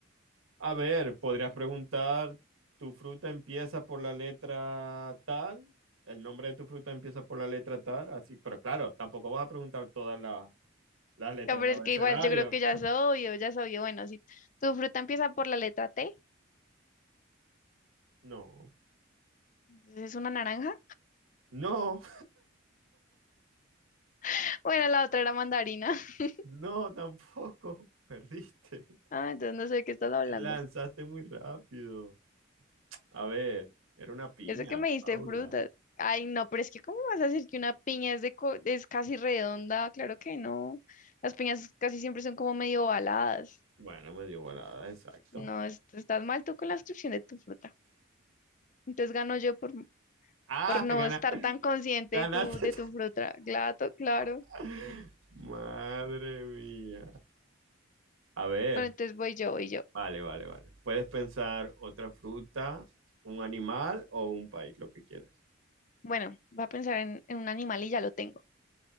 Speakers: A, on the right; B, on the left.
A: A ver, podrías preguntar, ¿tu fruta empieza por la letra tal? ¿El nombre de tu fruta empieza por la letra tal? Así, pero claro, tampoco vas a preguntar todas la- las letras
B: sea, Pero
A: del
B: es
A: abecedario.
B: que igual yo creo que ya soy yo, ya soy yo. Bueno, si tu fruta empieza por la letra T,
A: No,
B: entonces es una naranja.
A: no,
B: <laughs> Bueno, la otra era mandarina.
A: <laughs>
B: <laughs>
A: no, tampoco. Perdiste.
B: Ah, entonces no sé de qué estás hablando.
A: Te lanzaste muy rápido. A ver, era una piña,
B: Yo sé que me diste
A: Paula.
B: frutas. Ay, no, pero es que ¿cómo vas a decir que una piña es, de co- es casi redonda? Claro que no. Las piñas casi siempre son como medio ovaladas.
A: Bueno, me dio volada, exacto.
B: No, es- estás mal tú con la descripción de tu fruta. Entonces gano yo por,
A: Ah,
B: por no
A: gana-
B: estar tan consciente
A: ganaste.
B: de tu, de tu fruta. Claro, claro.
A: <laughs> Madre mía. A ver,
B: Bueno, entonces voy yo, voy yo.
A: vale, vale, vale. Puedes pensar otra fruta, un animal o un país, lo que quieras.
B: Bueno, voy a pensar en, en un animal y ya lo tengo.